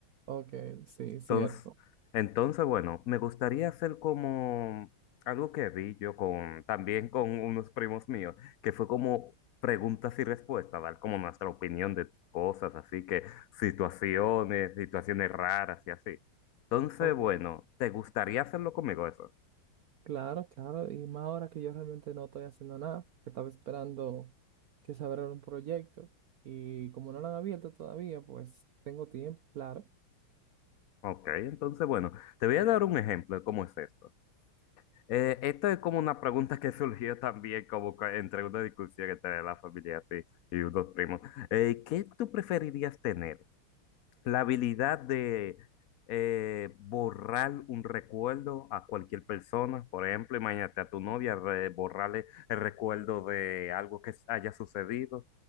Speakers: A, on the right; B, on the left.
A: Ok, sí, cierto.
B: Entonces, entonces, bueno, me gustaría hacer como algo que vi yo con, también con unos primos míos, que fue como preguntas y respuestas, dar como nuestra opinión de cosas, así que situaciones, situaciones raras y así. Entonces,
A: Ok,
B: bueno, ¿te gustaría hacerlo conmigo eso?
A: claro, claro. Y más ahora que yo realmente no estoy haciendo nada, que estaba esperando que se abriera un proyecto y como no lo han abierto todavía, pues tengo tiempo, claro.
B: Ok, entonces bueno, te voy a dar un ejemplo de cómo es esto. Eh, esto es como una pregunta que <laughs> surgió también como que entre una discusión entre la familia así, y unos primos. Eh, ¿qué tú preferirías tener? ¿La habilidad de eh, borrar un recuerdo a cualquier persona? Por ejemplo, imagínate a tu novia re- borrarle el recuerdo de algo que haya sucedido